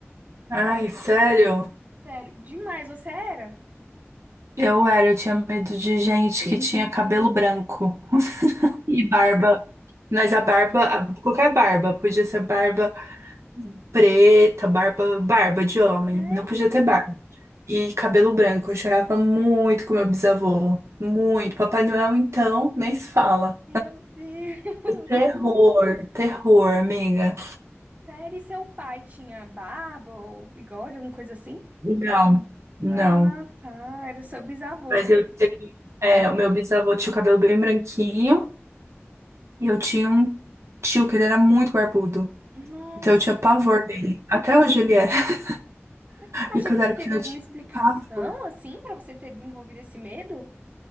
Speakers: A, on the right; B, on the right.
A: Ai, sério?
B: Sério, demais, você era?
A: Eu era, eu tinha medo de gente que tinha cabelo branco e barba. Mas a barba, a- qualquer barba, podia ser barba preta, barba, barba de homem,
B: Sério?
A: não podia ter barba. E cabelo branco, eu chorava muito com meu bisavô, muito. Papai Noel, então, nem se fala.
B: Meu Deus.
A: Terror, terror, amiga.
B: <laughs> Sério, e seu pai tinha barba ou bigode, alguma coisa assim?
A: Não, não.
B: Ah, tá. Era seu bisavô.
A: Mas eu tenho, é, o meu bisavô tinha o cabelo bem branquinho e eu tinha um tio que ele era muito barbudo.
B: Nossa.
A: Então eu tinha pavor dele. Até hoje ele é. <laughs>
B: Você
A: E quando
B: acha que
A: eu era
B: teve
A: pequena
B: alguma
A: eu tinha
B: explicação,
A: pavor.
B: assim, pra você ter desenvolvido esse medo?